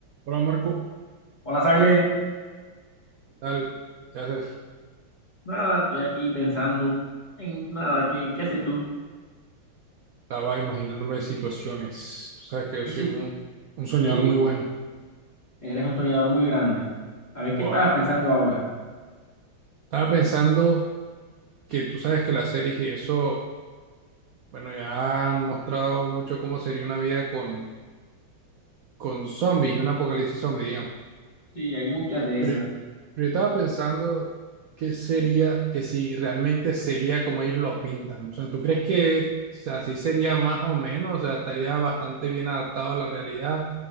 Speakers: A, on the right; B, on the left.
A: Hola Marco,
B: Hola, Saglen.
A: ¿qué tal? ¿Qué haces?
B: Nada, estoy aquí pensando en nada, ¿qué, qué haces tú?
A: Estaba imaginándome situaciones. Tú sabes que yo
B: Y
A: soy
B: si
A: muy- un soñador
B: eh,
A: muy bueno.
B: eres un soñador muy grande. A ver,
A: Bueno,
B: ¿qué estabas pensando ahora?
A: estaba pensando que tú sabes que las series y eso, bueno, ya han mostrado mucho cómo sería una vida con, con zombies y un apocalipsis zombie, digamos.
B: Sí, hay muchas de
A: Pero,
B: esas.
A: pero yo estaba pensando qué sería, que si realmente sería como ellos lo pintan. O sea, ¿tú crees que o sea, así sería más o menos? O sea, estaría bastante bien adaptado a la realidad.